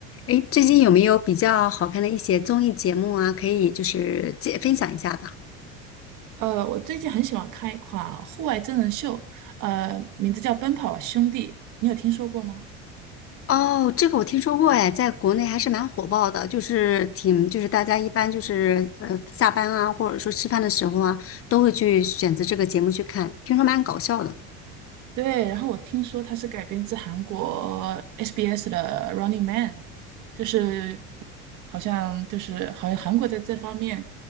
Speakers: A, on the left; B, on the right.
A: 哎，最近有没有比较好看的一些综艺节目啊？可以就是介分享一下的。
B: 呃，我最近很喜欢看一款户外真人秀，呃，名字叫《奔跑吧兄弟》，你有听说过吗？
A: 哦，这个我听说过，哎，在国内还是蛮火爆的，就是挺，就是大家一般就是呃下班啊，或者说吃饭的时候啊，都会去选择这个节目去看，听说蛮搞笑的。
B: 对，然后我听说它是改编自韩国 SBS 的《Running Man》，就是好像就是好像韩国在这方面，